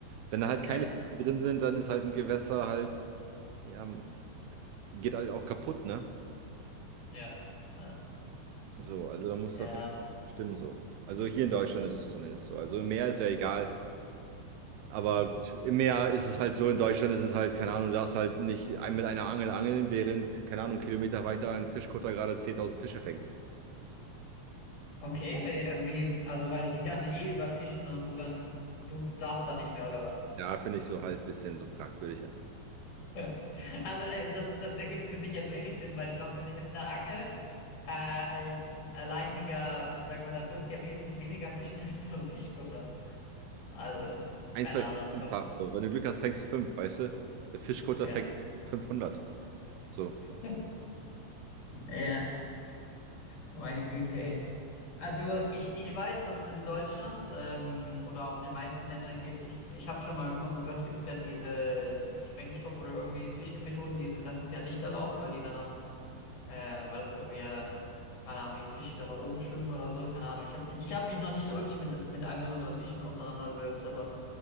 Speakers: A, on the right; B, on the left.
A: Wenn da halt
B: Ja,
A: keine Fische drin sind, dann ist halt ein Gewässer halt, ja, geht halt auch kaputt, ne?
B: ja, ja,
A: So, also da muss
B: ja.
A: dafür stimmen so. Also hier in Deutschland ist es zumindest so. Also im Meer ist ja egal, aber
B: ja.
A: im Meer ist es halt so, in Deutschland ist es halt, keine Ahnung, du darfst halt nicht ein- mit einer Angel angeln, während, keine Ahnung, Kilometer weiter ein Fischkutter gerade 10.000 Fische fängt.
B: Okay, wie, äh, wie, also weil die dann eh überfischen und du dann, und du darfst da nicht mehr, oder was?
A: Ja, finde ich so halt ein bisschen so fragwürdig.
B: <laughs> Also äh, das, das ergibt für mich jetzt wenig Sinn, weil ich glaube, wenn ich mit einer Angel äh, als alleiniger, sag mal, da wirst du ja wesentlich weniger fischen <laughs> als so ein Fischkutter. Also,
A: ein,
B: keine
A: zwei
B: Ahnung,
A: Fänge
B: was,
A: hast. So. Wenn du Glück hast, fängst du fünf, weißt du? Der Fischkutter
B: ja.
A: fängt 500. So,
B: <laughs> Ja, meine Güte, ey. Also ich, ich weiß, dass in Deutschland ähm, oder auch in den meisten Ländern, ge- ich, ich habe schon mal davon gehört, gibt es ja diese mit Sprengstoff oder irgendwie Fischmethoden, die sind, das ist ja nicht erlaubt, weil die danach, äh, weil es irgendwie, äh, keine Ahnung, die Fische dann nach oben schwimmen oder so, keine Ahnung. Ich habe ich hab mich noch nicht so wirklich mit, mit Angeln oder Fischen auseinandergesetzt, aber